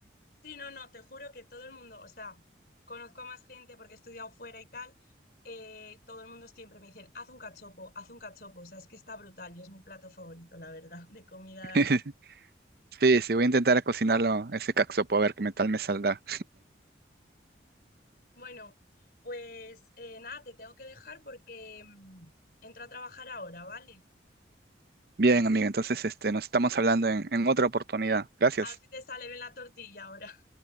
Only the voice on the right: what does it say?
<laughs>
Sí, sí, voy a intentar cocinarlo ese caxopo a ver qué tal me saldrá.
Bien, amigo, entonces este, nos estamos hablando en en otra oportunidad.
Gracias.